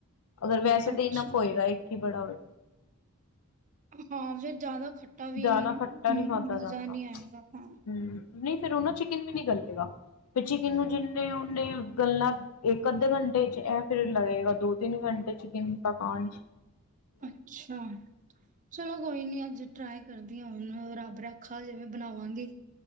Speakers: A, on the left; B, on the right.
A: ਅਗਰ ਵੈਸੇ ਤਾਂ
B: ਅੱਛਾ
A: ਇਨਫ਼ ਹੋਏਗਾ ਇੱਕ ਹੀ ਬੜਾ ਹੋਏ।
B: ਹਾਂ ਫੇਰ ਜ਼ਿਆਦਾ ਖੱਟਾ ਵੀ
A: ਜ਼ਿਆਦਾ ਖੱਟਾ
B: ਮਜ਼ਾ
A: ਨਹੀਂ ਖਾਧਾ ਜਾਂਦਾ
B: ਨਹੀਂ ਆਏਗਾ ਹਾਂ।
A: ਹਮ ਨਹੀਂ ਫੇਰ ਉਹ ਨਾ ਚਿਕਨ ਵੀ ਨੀ ਗੱਲੇਗਾ, ਤੇ ਚਿਕਨ ਨੂੰ ਜਿੰਨੇ ਉਹਨੇ ਗੱਲਾਂ ਅੱਧੇ ਘੰਟੇ ਚ ਇਹ ਫਿਰ ਲੱਗੇਗਾ। ਦੋ ਤਿੰਨ ਘੰਟੇ ਚਿਕਨ ਪਕਾਨ
B: ਅੱਛਾ ਚਲੋ ਕੋਈ ਨੀ ਅੱਜ ਟਰਾਏ ਕਰਦੀਆਂ ਹੁਣ ਰੱਬ ਰੱਖਾ ਜਿਵੇਂ ਬਣਾਵਾਂਗੀ।